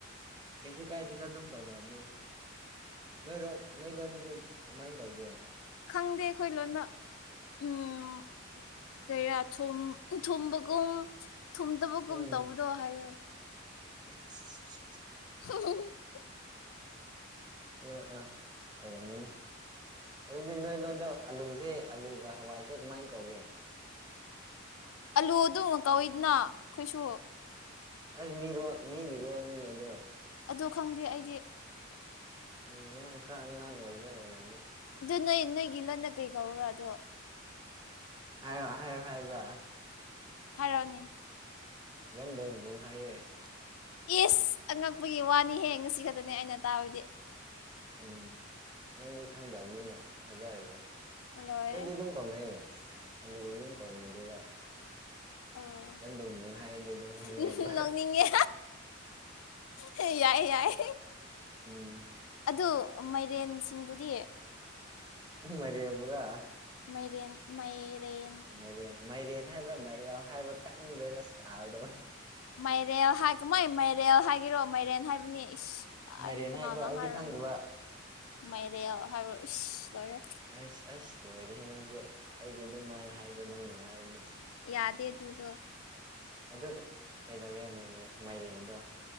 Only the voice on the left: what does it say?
ꯈꯪꯗꯦ ꯑꯩꯈꯣꯏ ꯂꯣꯟꯗ ꯎꯝ ꯀꯌꯥ ꯊꯨꯝꯕꯒꯨꯝ ꯊꯨꯝꯗꯕꯒꯨꯝ
ꯇꯧꯕꯗꯣ ꯍꯥꯏꯈ꯭ꯔꯣ
ꯍ <inaudible>
ꯑꯂꯨ ꯑꯗꯨꯝ ꯀꯧꯋꯤꯗꯅ ꯑꯩꯈꯣꯏꯁꯨ
ꯑꯗꯣ ꯈꯪꯗꯦ ꯑꯩꯗꯤ
ꯑꯗꯨ ꯅꯣꯏ ꯅꯣꯏꯒꯤ ꯂꯣꯟꯗ ꯀꯔꯤ ꯀꯧꯕꯔꯥ ꯑꯗꯣ
ꯍꯥꯢꯔꯛꯑꯣꯅꯣ
ꯏꯁ ꯑꯉꯛꯄꯒꯤ ꯋꯥꯅꯤꯍꯦ ꯉꯁꯤ ꯈꯛꯇꯅꯦ ꯑꯩꯅ ꯇꯥꯕꯗꯤ
ꯂꯣꯏꯔꯦ
ꯑꯣ
ꯎꯝ ꯅꯣꯛꯅꯤꯡꯉꯦ ꯍꯦ ꯌꯥꯏ ꯌꯥꯏ
ꯑꯗꯨ ꯃꯥꯏꯔꯦꯟꯁꯤꯡꯗꯨꯗꯤ
ꯃꯩꯔꯦꯟ ꯃꯩꯔꯦꯟ
ꯃꯥꯏꯔꯦꯜ ꯍꯥꯏ ꯀꯃꯥꯏ ꯃꯥꯏꯔꯦꯜ ꯍꯥꯏꯒꯤꯔꯣ ꯃꯥꯏꯔꯦꯟ ꯍꯥꯏꯕꯅꯤ ꯀꯗꯥꯏꯗꯩ
ꯀꯅꯥꯅ
ꯍꯥꯏꯔꯛꯏꯅꯣ
ꯃꯥꯏꯔꯦꯜ ꯍꯥꯏꯕ ꯏꯁ ꯂꯣꯏꯔꯦ
ꯌꯥꯗꯦ ꯑꯗꯨꯗꯣ